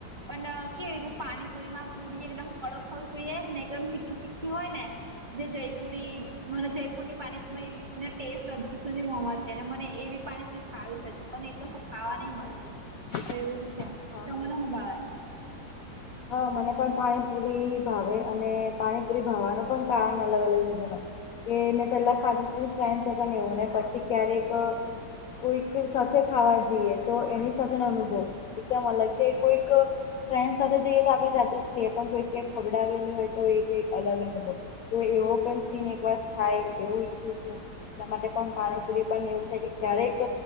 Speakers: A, on the right; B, on the left.
A: પણ કેવી કે
B: હમ
A: પાણી પુરી એકદમ કડક હોવી જોઈએ ને એકદમ તીખી તીખી હોય ને જે જયપુરી મને જયપુર ની પાણીપુરી એ ટેસ્ટ હજુ સુધી મોમાં છે અને મને એવી પાણીપુરી ખાવી છે હજુ પણ એક કસે ખાવા નહીં મળે
B: <inaudible>
A: તો એવું છે
B: હા
A: તમને
B: હા
A: હું ભાવે?
B: <inaudible> હા મને પણ પાણીપુરી ભાવે અને પાણીપુરી ભાવવાનું પણ કારણ અલગ અલગ રીઝન હોય. કે મેં પેલા ખાધી <inaudible> એવું ને પછી ક્યારેક કોઈકની સાથે ખાવા જઈએ તો એની સાથેનો અનુભવ એકદમ અલગ કે કોઈક ફ્રેન્ડ સાથે જઈએ તો આપડે જાતે જ ખઈએકે પણ કોઈક કઈક ખવડાવેલી હોય તો એઈ અલગ અનુભવ તો એવો પણ સીન એક વાત થાય એવું ઈચ્છું છું. એના માટે પણ પાણીપુરી પણ એવું થાય કે ક્યારેક